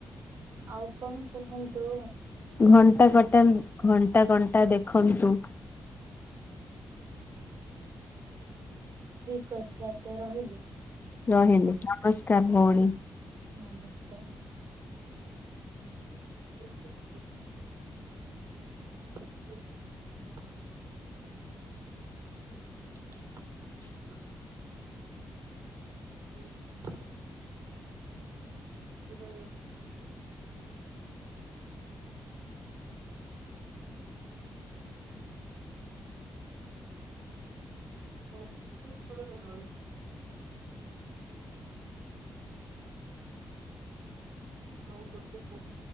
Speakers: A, on the right (about 75°); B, on the left (about 35°).
A: ଆଉ କଣ କୁହନ୍ତୁ।
B: ଘଣ୍ଟା, କଣ୍ଟା, ଘଣ୍ଟା, କଣ୍ଟା ଦେଖନ୍ତୁ।
A: ଠିକ ଅଛି ଆଜ୍ଞା ରହିଲି।
B: ରହଲି ନମସ୍କାର ଭଉଣୀ।
A: ନମସ୍କାର। <unintelligible> <unintelligible> <unintelligible> ହୁଁ <inaudible> ହ <inaudible> ଓ କର <inaudible> ହଉ ହଉଛ କୁ <inaudible>